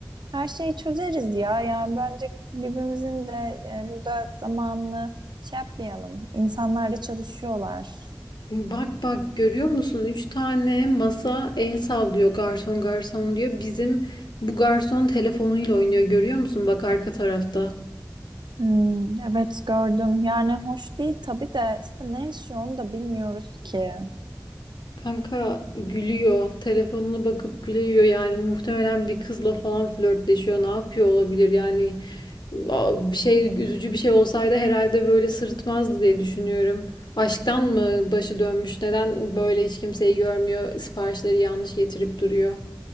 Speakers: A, on the right (about 80°); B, on the left (about 80°).
A: Her şeyi çözeriz ya. Yani bence birbirimizin de e, burada zamanını şey yapmayalım. İnsanlar da çalışıyorlar.
B: Bak bak görüyor musun? Üç tane masa el sallıyor garson garson diyor. Bizim bu garson telefonuyla oynuyor görüyor musun? Bak arka tarafta.
A: Hmm, evet gördüm. Yani hoş değil tabii de işte ne işi onu da bilmiyoruz ki.
B: Kanka gülüyor. Telefonuna bakıp gülüyor yani. Muhtemelen bir kızla falan flörtleşiyor. Ne yapıyor olabilir yani? a- Bir şey üzücü bir şey olsaydı herhalde böyle sırıtmazdı diye düşünüyorum. Aşktan mı başı dönmüş? Neden böyle hiç kimseyi görmüyor? Siparişleri yanlış getirip duruyor.